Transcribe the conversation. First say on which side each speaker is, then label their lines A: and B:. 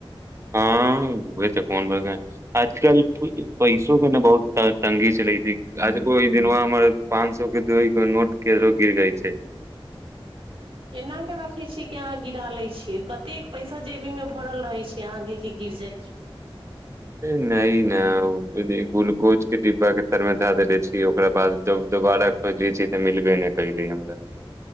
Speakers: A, on the right (about 30°); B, on the right (about 65°).
A: हँ ओहे तऽ कोन बरका आजकल पैसो के ने बहुत तंगी चली ओहि दिन वह हमर पांच सौ के दो नोट किधरो गिर गेल छै
B: एना के रखे छी की अहाँ गिरा ले छीे कते पैसा जेबी में भरल रहे छीे आहाँ के की गिर जाय छै छ <inaudible>
A: न ने ग्लूकोज के डिब्बा के तर मे दए देेले छी ओकरा बाद दोबारा खोजे छी तऽ मिलबे नहि कलय हमरा